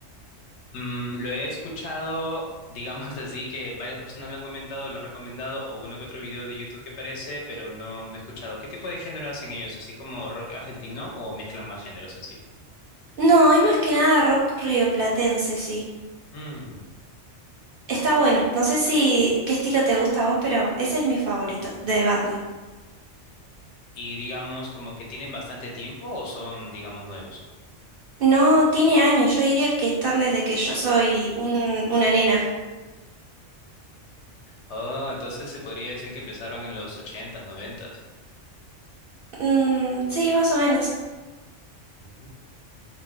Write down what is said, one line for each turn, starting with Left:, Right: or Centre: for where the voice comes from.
Left: Mm, lo he escuchado, digamos <laughs> así, que varias personas lo han comentado, lo han recomendado, o uno que otro video de YouTube que aparece, pero no, no he escuchado. ¿Qué tipo de género hacen ellos? ¿Así como rock argentino o mezclan más géneros en
Right: No, es más que nada rock rioplatense, sí.
Left: sí?
Right: Está bueno. No sé si qué estilo te gusta a vos, pero ese es mi favorito de banda.
Left: y digamos como que tienen bastante tiempo o son, digamos, nuevos.
Right: No, tiene años. Yo diría que están desde que yo soy un- una nena.
Left: Oh, entonces se podría decir que empezaron en los ochentas, noventas.
Right: Mm, sí, más o menos.
Left: Ujú.